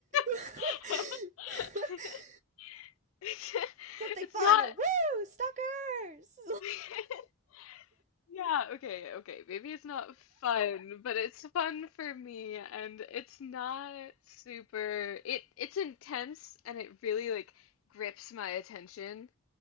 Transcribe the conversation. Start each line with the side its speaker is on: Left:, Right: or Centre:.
Right: <laughs>
Left: <laughs> it's
Right: Something fun!
Left: not
Right: Woo! Stalkers!
Left: <laughs> Yeah, okay, okay. Maybe it's not fun, but it's fun for me and it's not super it it's intense and it really like grips my attention.